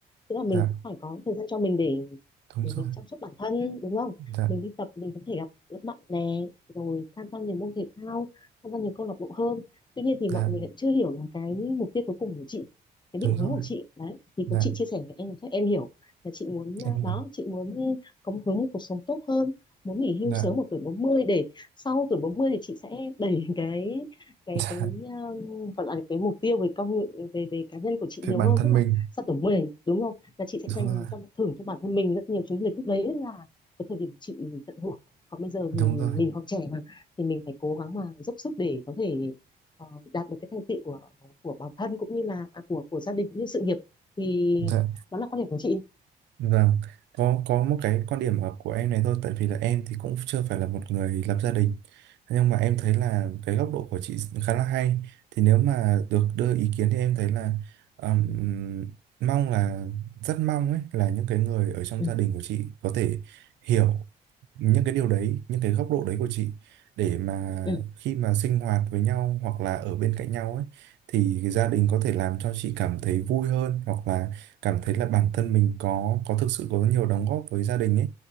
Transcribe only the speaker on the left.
tức là mình
cũng phải có thời gian cho mình để
để
mình chăm sóc bản thân đúng không
mình đi tập mình có thể gặp các bạn bè rồi tham gia nhiều môn thể thao tham gia nhiều câu lạc bộ hơn tuy nhiên thì
mọi người lại chưa hiểu là cái mục tiêu cuối cùng của chị cái định
hướng
của chị đấy thì
có chị chia sẻ với em là chắc em hiểu là chị muốn
à,
đó chị muốn có một hướng một cuộc sống tốt hơn muốn nghỉ
hưu sớm ở tuổi bốn mươi để sau tuổi 40 thì chị sẽ đẩy <laughs> cái cái
cái um, gọi là cái mục tiêu về con người- về về cá nhân của chị nhiều
hơn
tức là
sau tuổi 10 đúng không là chị sẽ
dành
cho thưởng cho bản thân mình rất nhiều chuyến du lịch lúc đấy là cái thời điểm mà chị tận hưởng còn bây giờ
thì
mình còn trẻ mà thì mình phải cố gắng mà dốc sức để có thể ờ, đạt được cái thành tựu của của bản thân cũng như là à, của của gia đình cũng như sự nghiệp thì
đó là quan điểm của chị
ừ
ừ